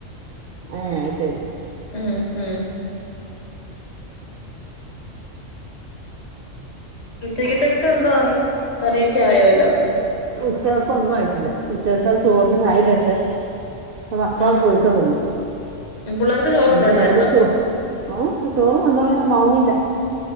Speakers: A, on the right; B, on the left.
A: ആ അത് ശെരി
B: ഉം ഉം ഉച്ചക്കത്തേക്ക് ന്തോ ആയി കറിയൊക്കെ ആയോ വല്ലോം
A: ഉച്ചക്ക ഒന്നും ആയിട്ടില്ല ഉച്ചവക്കാ ചോർന് ആയിവരട്ടെ അ മക്കളവിടെ
B: ഉം
A: പോയിട്ടേളുന്ന്
B: ഉം പിള്ളേർക്ക് ചോറ് കൊണ്ടോണ്ടായിരുന്നോ
A: ഇനി അവക്ക്
B: അപ്പൊ
A: ചോ ആ ചോറ് കൊണ്ടോയി മാങ്ങൂല്ല